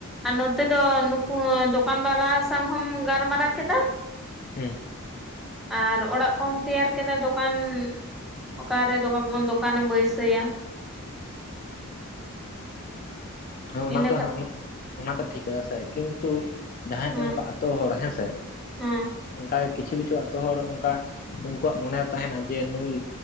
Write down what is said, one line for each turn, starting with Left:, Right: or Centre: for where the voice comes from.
Centre: ᱟᱨ ᱱᱚᱛᱮ ᱫᱚ ᱱᱩᱠᱩ ᱫᱚᱠᱟᱱ ᱵᱟᱞᱟ ᱥᱟᱝ ᱦᱚᱢ ᱜᱟᱞᱢᱟᱨᱟᱣ ᱠᱮᱫᱟ
Left: ᱦᱩᱸ
Centre: ᱟᱨ ᱚᱲᱟᱜ ᱠᱚᱢ ᱛᱮᱭᱟᱨ ᱠᱮᱫᱟ ᱫᱚᱠᱟᱱ ᱚᱠᱟᱨᱮ ᱫᱟᱠᱟᱠᱚᱱ <unintelligible> ᱫᱚᱠᱟᱱᱮᱢ ᱵᱟᱹᱭᱥᱟᱹᱭᱟ
Left: ᱦᱮ ᱚᱱᱟ
Centre: ᱤᱱᱟᱹ
Left: ᱛᱚ
Centre: ᱠᱷᱟᱹᱛ
Left: ᱦᱮ ᱩᱱᱟᱹᱜ, ᱚᱱᱟᱛᱚ ᱴᱷᱤᱠ ᱠᱟᱫᱟ ᱥᱮ ᱠᱤᱱᱛᱩᱼᱼ ᱡᱟᱦᱟᱸᱭ
Centre: ᱦᱮᱸ
Left: ᱠᱟᱱᱟ ᱠᱚ ᱟᱛᱳ ᱦᱚᱲ ᱦᱮᱸ ᱥᱮ
Centre: ᱦᱮᱸ
Left: ᱚᱝᱠᱟ ᱜᱮ ᱠᱤᱪᱷᱩ ᱠᱤᱪᱷᱩ ᱟᱛᱳ ᱦᱚᱲ ᱚᱝᱠᱟ ᱩᱝᱠᱩᱣᱟᱜ ᱢᱚᱱᱮ ᱨᱮ ᱛᱟᱦᱮᱸᱱᱟ ᱡᱮ ᱱᱩᱭ